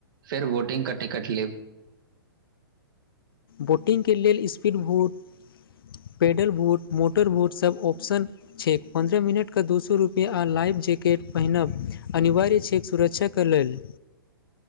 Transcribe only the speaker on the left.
बोटिंगके लेल speed boat paddle boat motor बोटसभ ऑप्शन। छैक पन्द्रह मिनटके दू सए रुपैआ आ लाइफ जैकेट पहिरब अनिवार्य छै सुरक्षा। क लेल।